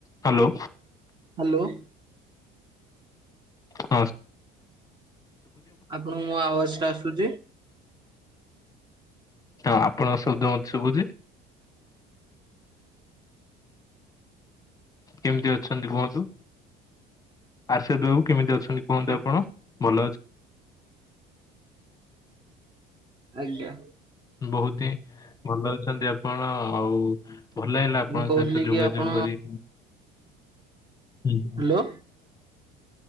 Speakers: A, on the left; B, on the right.
A: ହ୍ୟାଲୋ।
B: ହ୍ୟାଲୋ।
A: ନମସ୍
B: ଆପଣଙ୍କୁ ମୋ ଆବାଜ ଟା ଆସୁଛି?
A: ହଁ ଆପଣଙ୍କ ଶବ୍ଦ ମତେ ଶୁଭୁଛି? କେମିତି ଅଛନ୍ତି କୁହନ୍ତୁ ଆର୍ଷଦ ବାବୁ କେମିତି ଅ ଛନ୍ତି କୁହନ୍ତୁ
B: ଆଜ୍ଞା।
A: ଆପଣ ଭଲ ଅଛ
B: ଆଜ୍ଞା।
A: ବହୁତ ହି ଭଲ ଅଛନ୍ତି ଆପଣ ଆଉ ଭଲ ଲାଗିଲା ଆପଣଙ୍କ
B: ମୁଁ କହୁଥିଲି
A: ସହିତ
B: କି
A: ଯୋଗାଯୋଗ
B: ଆପଣ
A: କରି <unintelligible>
B: ହ୍ୟାଲୋ